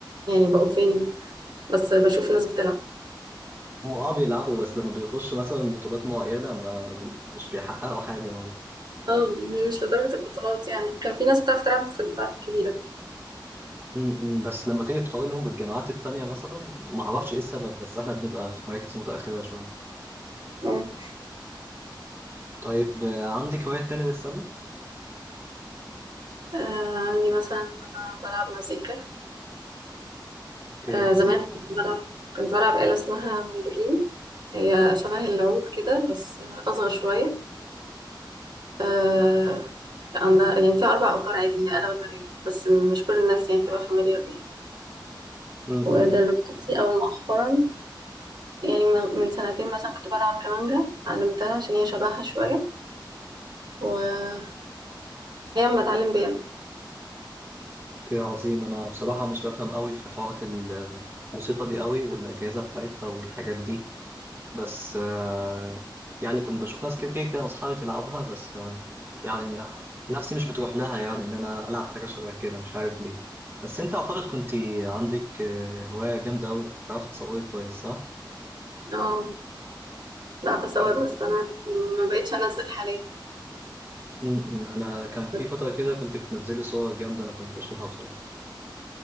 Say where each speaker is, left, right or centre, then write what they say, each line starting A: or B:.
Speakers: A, on the right; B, on the right.
A: يعني بقوا فين بس بشوف ناس بتلعب
B: هم آه بيلعبوا بس لما بيخشوا مثلا بطولات معينة ما مش بيحققوا حاجة
A: اه مش لدرجه البطولات يعني كان في ناس بتعرف تلعب في الدفعات الكبيره
B: م- م، بس لما تيجي تقارنهم بالجامعات التانية مثلا ما اعرفش ايه السبب بس احنا بنبقى في مراكز متأخرة شوية
A: اه
B: طيب آه، عندك هوايات تانية غير السلة؟
A: آه، عندي مثلا انا بلعب مزيكا
B: اوكي
A: آه
B: عظيم
A: زمان كنت بلعب كنت بلعب آلة اسمها مندولين هي شبه العود كده بس آه، أصغر شوية آه عندها يعني فيها أربع أوتار عادية آلة وترية بس مش كل الناس يعني بتبقى فاميليار بيها
B: امم
A: ودلوقتي أو مؤخرا يعني من من سنتين مثلا كنت بلعب كمانجا اتعلمتها عشان هي شبهها شوية وحاليا بتعلم بيانو
B: اوكي عظيم انا بصراحة مش بفهم قوي في حوارات الموسيقى دي قوي والأجهزة بتاعتها والحاجات دي بس آه، يعني كنت بشوف ناس كتير كده واصحابي تلعبها بس آه، يعني نفسي مش بتروح لها يعني ان انا العب حاجة شبه كده مش عارف ليه بس انت اعتقد كنت عندك آه، هواية جامدة قوي بتعرفي تصوري كويس صح؟
A: اه بعرف أصور
B: كده
A: بس أنا ما بقتش أنزل حاليا
B: م- م. انا كان في
A: بس
B: فتره كده كنت بتنزلي صور جامده انا كنت بشوفها بصراحه